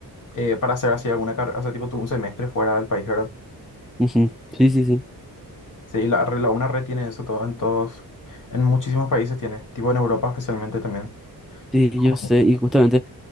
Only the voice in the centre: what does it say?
ujú, Sí, sí, sí.
Sí,
yo sé. Y justamente,